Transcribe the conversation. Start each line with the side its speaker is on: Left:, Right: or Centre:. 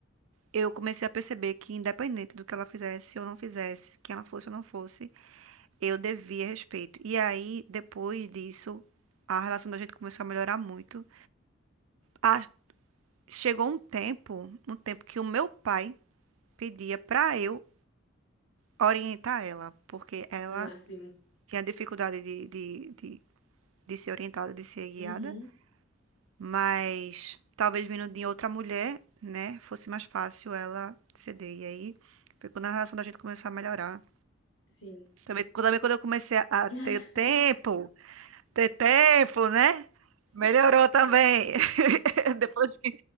Right: eu comecei a perceber que, independente do que ela fizesse ou não fizesse, quem ela fosse ou não fosse, eu devia respeito. E aí, depois disso, a relação da gente começou a melhorar muito. Ah, chegou um tempo, um tempo que o meu pai pedia pra eu orientar ela, porque ela
Left: Ah, sim.
Right: tinha dificuldade de, de, de, de ser orientada, de ser guiada,
Left: Uhum,
Right: mas talvez vindo de outra mulher, né, fosse mais fácil ela ceder. E aí, foi quando a relação da gente começou a melhorar.
Left: sim.
Right: Também, também quando eu comecei a
Left: <laughs>
Right: ter tempo, ter tempo, né? Melhorou também. <laughs> Depois que,